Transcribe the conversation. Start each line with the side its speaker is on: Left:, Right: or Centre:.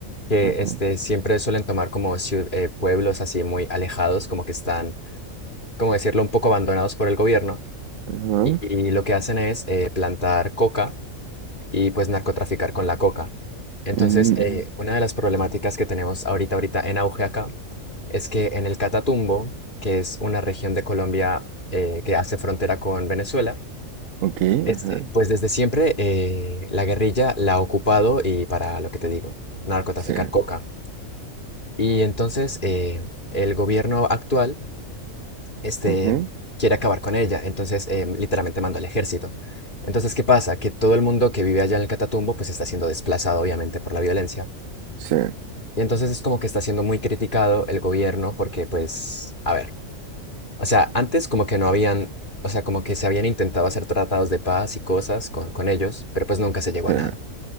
Left: que
Right: ujú,
Left: este, siempre suelen tomar como ciu- eh, pueblos así muy alejados, como que están como decirlo, un poco abandonados por el gobierno
Right: ajá,
Left: y, y lo que hacen es eh, plantar coca y pues narcotraficar con la coca. Entonces,
Right: ujú,
Left: eh,
Right: ujú,
Left: una de las problemáticas que tenemos ahorita, ahorita en auge acá, es que en el Catatumbo, que es una región de Colombia eh, que hace frontera con Venezuela,
Right: Ok,
Left: este,
Right: ajá,
Left: pues desde siempre eh, la guerrilla la ha ocupado y para lo que te digo, narcotraficar
Right: sí,
Left: coca. Y entonces eh, el gobierno actual este,
Right: ujú,
Left: quiere acabar con ella, entonces em, literalmente mandó al ejército. Entonces, ¿qué pasa? Que todo el mundo que vive allá en el Catatumbo pues está siendo desplazado obviamente por la violencia.
Right: sí,
Left: Y entonces es como que está siendo muy criticado el gobierno porque pues, a ver, o sea, antes como que no habían, o sea, como que se habían intentado hacer tratados de paz y cosas con, con ellos, pero pues nunca se llegó
Right: sí,
Left: a nada.